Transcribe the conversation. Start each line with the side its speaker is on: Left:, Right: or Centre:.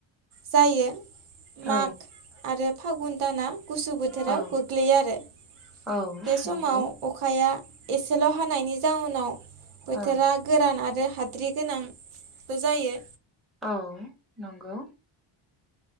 Right: जायो।
Centre: औ
Right: माग आरो फागुन दाना गुसु बोथोराव
Centre: औ
Right: गोग्लैयो आरो।
Centre: औ
Right: बे समाव
Centre: नंगौ
Right: अखाया एसेल' हानायनि जाउनाव बोथोरा
Centre: औ
Right: गोरान आरो हाद्रि गोनांबो जायो।
Centre: औ नंगौ।